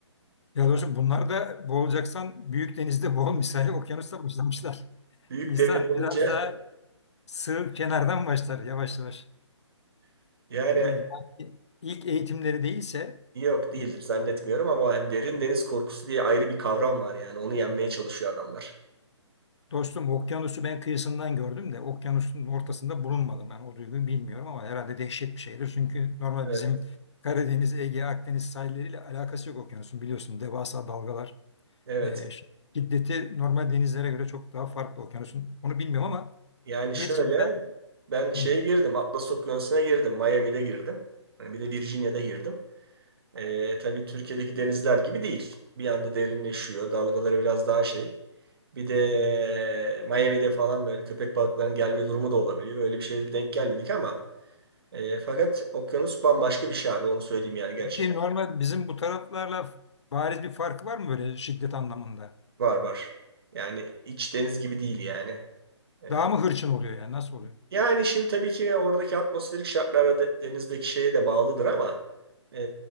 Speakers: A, on the left (about 65°); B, on the right (about 55°).
A: Ya dostum bunlar da boğulacaksan büyük denizde boğul misali okyanusta başlamışlar.
B: Büyük
A: İnsan
B: devlet olunca
A: biraz daha sığ kenardan başlar yavaş yavaş.
B: <laughs> yani
A: Yani ilk eğitimleri değilse
B: yok değildir
A: e,
B: zannetmiyorum ama hani derin deniz korkusu diye ayrı bir kavram var yani onu yenmeye çalışıyor adamlar.
A: dostum okyanusu ben kıyısından gördüm de okyanusun ortasında bulunmadım ben o duyguyu bilmiyorum ama herhalde dehşet bir şeydir. Çünkü normal
B: Evet,
A: bizim Karadeniz, Ege, Akdeniz sahilleriyle alakası yok okyanusun biliyorsun devasa dalgalar
B: evet.
A: e, şiddeti normal denizlere göre çok daha farklı okyanusun onu bilmiyorum ama
B: Yani
A: neticede
B: şöyle ben şeye
A: Hı.
B: girdim Atlas Okyanusu'na girdim Miami'de girdim. Hani Bir de Virginia'da girdim. Ee, tabii Türkiye'deki denizler gibi değil. Bir anda derinleşiyor. Dalgaları biraz daha şey. Bir de Miami'de falan böyle köpek balıklarının gelme durumu da olabiliyor. Böyle bir şeye denk gelmedik ama e, fakat okyanus bambaşka bir şey abi. Onu söyleyeyim yani gerçekten.
A: Peki normal bizim bu taraflarla bariz bir farkı var mı böyle şiddet anlamında?
B: Var var. Yani iç deniz gibi değil yani. E,
A: Daha mı hırçın oluyor yani nasıl oluyor?
B: Yani şimdi tabii ki oradaki atmosferik şartlara de- denizdeki şeye de bağlıdır ama e,